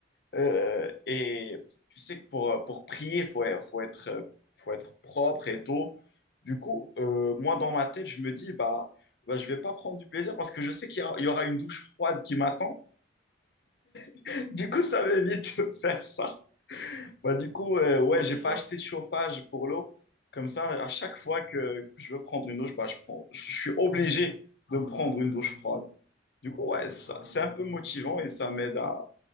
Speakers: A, on the left (about 60°); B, on the right (about 60°).
A: Euh, et tu sais que pour, euh, pour prier, faut, faut être, euh, faut être propre et tout. Du coup, euh, moi, dans ma tête, je me dis, bah, bah, je vais pas prendre du plaisir parce que je sais qu'il y, a- il y aura une douche froide qui m'attend. <laughs> Du coup, ça m'évite de faire ça. Bah, du coup, euh, ouais,
B: Ouais.
A: j'ai
B: Je
A: pas
B: vois.
A: acheté de chauffage pour l'eau. Comme ça, à chaque fois que, que je veux prendre une douche, bah, je prends, je suis obligé de prendre une douche froide. Du coup, ouais, ça- c'est un peu motivant et ça m'aide à,